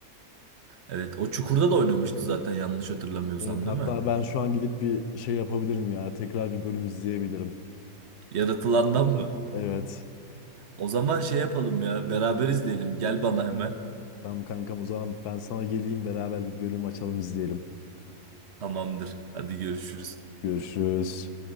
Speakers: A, on the right; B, on the left.
A: Evet, o Çukur'da da oynamıştı zaten yanlış hatırlamıyorsam
B: Evet hatta
A: değil mi?
B: ben şu an gidip bir şey yapabilirim ya. Tekrar bir bölüm izleyebilirim.
A: Yaratılandan mı?
B: Evet.
A: O zaman şey yapalım ya, beraber izleyelim. Gel bana hemen.
B: Tamam kankam o zaman ben sana geleyim beraber bir bölüm açalım izleyelim.
A: Tamamdır. Hadi görüşürüz.
B: Görüşürüz.